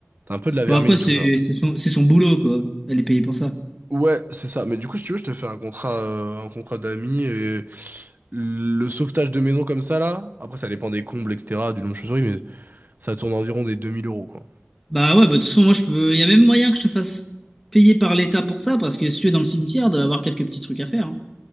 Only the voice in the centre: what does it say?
bon après c'est
c'est son c'est son boulot quoi. Elle est payée pour ça.
Bah ouais, bah, de toute façon, moi, je peux. Il y a même moyen que je te fasse payer par l'État pour ça, parce que si tu es dans le cimetière, il doit avoir quelques petits trucs à faire. hein.